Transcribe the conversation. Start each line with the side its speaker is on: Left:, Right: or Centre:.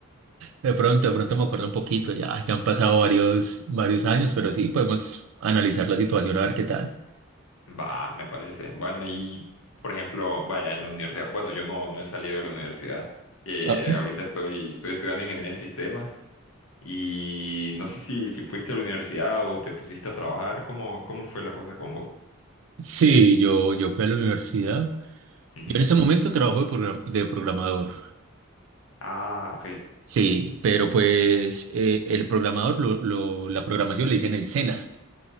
Right: De pronto, de pronto me acuerdo un poquito, ya, ya han pasado varios, varios años, pero sí podemos analizar la situación a ver qué tal.
Left: Va, me parece. Bueno, y por ejemplo, vaya, en la universidad. Bueno, yo no, no he salido de la universidad. Eh,
Right: Ah,
Left: ahorita estoy, estoy estudiando ingeniería en sistemas. Y no sé si, si fuiste a la universidad o te pusiste a trabajar. ¿Cómo, cómo fue la cosa con vos?
Right: Sí, yo, yo fui a la universidad.
Left: Ujú.
Right: Yo en ese momento trabajo de, program- de programador.
Left: Ah, ok.
Right: Sí, pero pues eh, el programador, lo, lo- la programación la hice en el SENA.